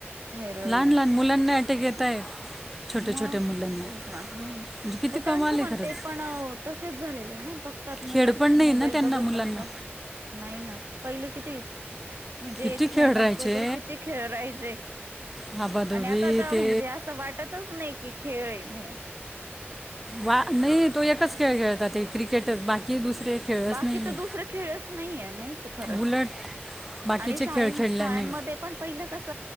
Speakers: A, on the right (about 60°); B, in the centre.
A: थायरॉइड.
B: लहान लहान मुलांना <inaudible>
A: मग
B: छोट्या मुलांना
A: तेच म ह्. मग
B: म्हणजे किती कमाल
A: त्यांचं
B: आहे
A: पण
B: खरंच
A: ते पण तसे. झालेलं आहे ना, बघतात मुलं
B: खेळ पण नाही
A: मोबाईल
B: ना त्यांना
A: बघत
B: मुलांना
A: बसता. नाही ना. पहिले किती म्हणजे
B: किती
A: खेळणं
B: खेळ राहायचे
A: वगैरे किती खेळ रायचे.
B: हाबाधोबी
A: आणि आता तर
B: ते
A: म्हणजे असं वाटतच नाही कि खेळन हे.
B: वा नाही. तो एकच खेळ खेळतात. ते क्रिकेटच बाकी दुसरे खेळच
A: बाकी
B: नाही.
A: तर दुसरे खेळच नाहीये नाहीच खरंच
B: उलट बाकीचे
A: आणि शाळे
B: खेळ खेळल्याने
A: शाळांमध्ये पण पहिलं कस.